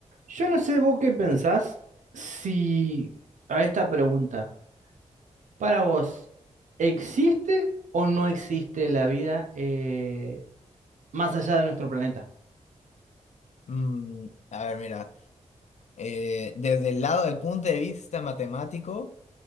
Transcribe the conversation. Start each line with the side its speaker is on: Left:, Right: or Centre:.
Right: Yo no sé vos qué pensás si a esta pregunta, para vos, ¿existe o no existe la vida eh, más allá de nuestro planeta?
Left: Mm, a ver, mira, eh, desde el lado del punto de vista matemático,